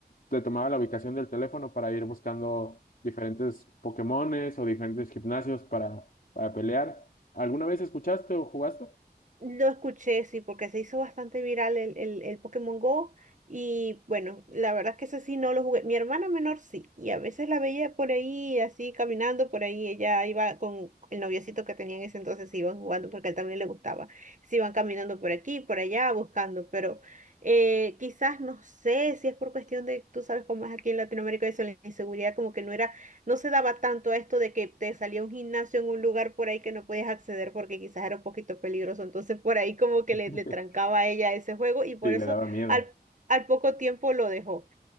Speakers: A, on the left; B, on the right.
A: te tomaba la ubicación del teléfono para ir buscando diferentes Pokémones o diferentes gimnasios para, para pelear. ¿Alguna vez escuchaste o jugaste?
B: Lo escuché, sí, porque se hizo bastante viral el, el, el Pokémon Go. Y bueno, la verdad es que ese sí no lo jugué. Mi hermana menor sí, y a veces la veía por ahí, así caminando por ahí. Ella iba con el noviocito que tenía en ese entonces, se iban jugando porque a él también le gustaba. Se iban caminando por aquí, por allá, buscando. Pero eh, quizás, no sé si es por cuestión de, tú sabes cómo es aquí en Latinoamérica, eso, la inseguridad, como que no era no se daba tanto esto de que te salía un gimnasio en un lugar por ahí que no podías acceder porque quizás era un poquito peligroso. Entonces por ahí como que
A: <laughs>
B: le, le trancaba a ella ese juego y por
A: Sí, le
B: eso
A: daba miedo.
B: al, al poco tiempo lo dejó.